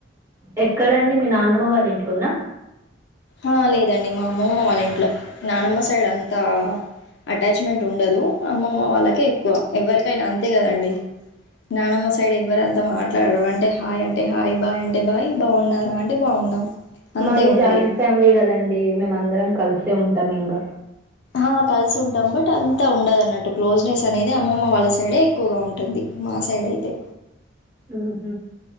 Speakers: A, on the right; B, on the left.
A: ఎక్కడండి మీ నాన్నమ్మ వాళ ళ్ళింట్లోనా
B: ఆహ్ లేదండి మా అమ్మమ్మ వాళ్ళ ఇంట్లో నానమ్మ సైడ్ అంతా అటాచ్మెంట్ ఉండదు అమ్మమ్మ వాళ్ళకే ఎక్కువ ఎవ్వరికైనా అంతే కదండి నానమ్మ సైడ్ ఎవ్వరు అంతా మాట్లాడరు అంటే హాయ్ అంటే హాయ్ బాయ్ అంటే బాయ్ బాగున్నారా అంటే బాగున్నాం. అంతే
A: మది
B: ఉంటది
A: జాయింట్ ఫ్యామి లీ కదండి మేము అందరం కలిసే ఉంటాం ఇంగ
B: ఆహ్ కలిసి ఉంటాం బట్ అంతా ఉండదున్నట్టు క్లోజ్నెస్ అనేది అమ్మమ్మ వాళ్ళ సైడే ఎక్కువగా ఉంటుంది మా సైడ్ అయితే
A: ఊహు